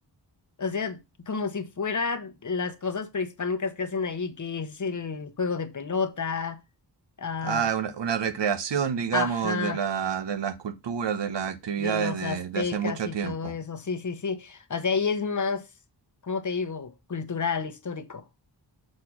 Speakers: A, on the left (about 40°); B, on the right (about 75°).
A: o sea, como si fueran las cosas prehispánicas que hacen allí, que es el juego de pelota, ah,
B: Ah, una, una recreación, digamos,
A: ajá,
B: de la, de las culturas, de las actividades
A: de los
B: de
A: aztecas
B: de hace mucho
A: y
B: tiempo.
A: todo eso, sí, sí, sí. O sea, ahí es más, ¿cómo te digo? Cultural, histórico.